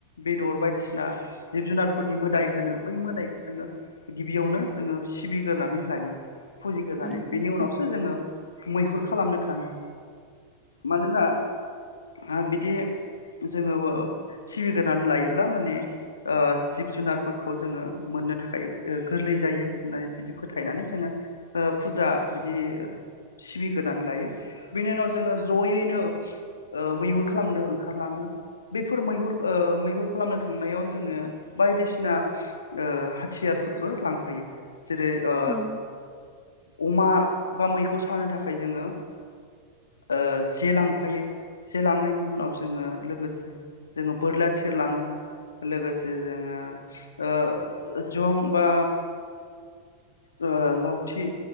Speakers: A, on the left; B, in the centre.
A: बेदर बायदिसिना जिब जुनारफोर नि मोदाय होनो बै मोदायखौ जोङो गिबियावनो जोङो सिबिग्रोनानै लायो। फुजिग्रानै
B: औ
A: बेनि
B: नंगौ नोंथां
A: उनावसो जोङो मैहुर खालामनो थाङो मानोना आ बिदि जोङो सिबिग्रोना लायोब्ला माने ओ जिब जुनारफोरखौ जोङो मोननो थाखाय गोरलै जायो होननानै बिदि फोथायनानै जोङो ओ फुजा बिदि सिबिग्रोनानै लायो। बेनि उनाव जोङो जयैनो ओ मैहुर खालामनो ओंखारलाङो बेफोर मैहुर ओ मैहुर खालामनो थांनायाव जोङो बायदिसिना ओ हाथियारफोरबो लांफायो। जेरै ओ।
B: उम औ
A: अमा बा मैखौ सानो थाखाय जोङो ओ जे लांफायो। जे लांनायनि उनाव जोङो लोगोसे जोङो बोरला थिरलाङो लोगोसे जोङो ओ जं बा ओ लावथि